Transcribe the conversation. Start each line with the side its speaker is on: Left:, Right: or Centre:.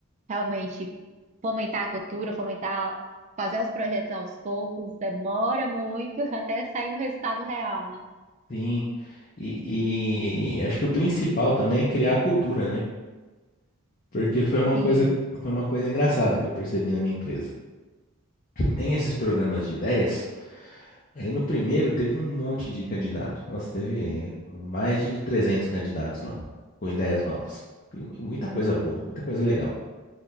Right: realmente fomentar a cultura, fomentar, fazer os projetos aos poucos, demora muito <laughs> até sair um resultado real, né?
Left: Sim, e, e acho que o principal também é criar a cultura, né? Porque foi uma
Right: Sim.
Left: coisa, foi uma coisa engraçada que eu percebi na minha empresa. Tem esses programas de ideias, aí no primeiro teve um monte de candidato. Nossa, teve mais de 300 candidatos lá, com ideias novas. E mu- muita coisa boa, muita coisa legal.